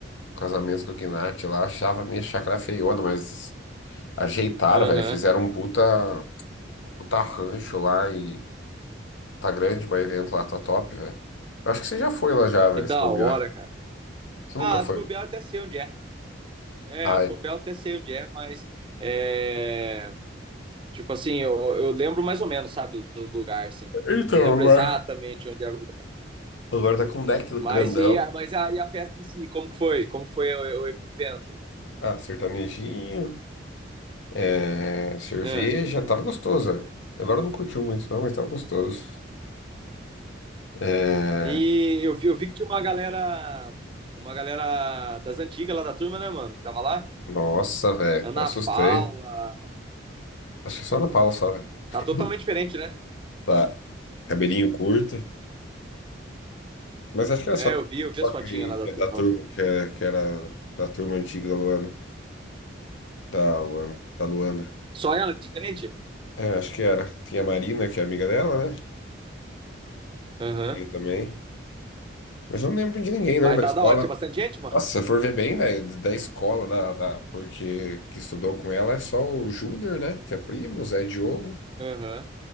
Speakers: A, on the left (about 70°); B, on the right (about 25°).
A: casamento do Gnat lá, eu achava a minha chácara feiona, mas ajeitaram,
B: Aham.
A: velho. Fizeram um puta, um puta rancho lá e tá grande mas o evento lá, tá top, velho. Eu Acho que você já foi lá já, velho,
B: Que da
A: se bobear.
B: hora, cara.
A: Você
B: Ah,
A: nunca foi.
B: se bobear, eu até sei onde é. É,
A: Ai.
B: se bobear, eu até sei onde é, mas é, tipo assim, eu, eu lembro mais ou menos, sabe, do lugar, assim.
A: Então,
B: Não lembro
A: agora.
B: exatamente onde era o lugar.
A: Agora tá com um deck
B: Mas
A: grandão.
B: e a, mas a, e a festa em si, como que foi? Como que foi o, o evento?
A: Ah, sertanejinho, é, cerveja,
B: Ah,
A: tava gostoso, velho. Elora não curtiu muito, não, mas tava gostoso. É,
B: E eu vi, eu vi que tinha uma galera, uma galera das antigas lá da turma, né, mano, que tava lá.
A: nossa, velho,
B: Ana
A: até assustei.
B: Paula.
A: Acho que só na Paula, só, velho. <laughs>
B: Tá totalmente diferente, né?
A: Tá, cabelinho curto. Mas acho que era
B: É,
A: só na
B: eu vi, eu vi
A: Paula
B: as fotinhas
A: que,
B: lá
A: que
B: da
A: é
B: turma.
A: da turma, que, é- que era da turma antiga da Luana. Da Luana, da Luandra.
B: Só ela, diferente?
A: É, acho que era. Tinha a Marina, que é amiga dela, né?
B: Aham.
A: E aí também. Mas eu não lembro de ninguém, não,
B: Mas
A: da
B: tá
A: escola.
B: da hora, tinha bastante gente, mano.
A: Nossa, se eu for ver bem, velho, da escola da, da, porque que estudou com ela é só o Júnior, né? Que é primo, o Zé Diogo
B: Aham.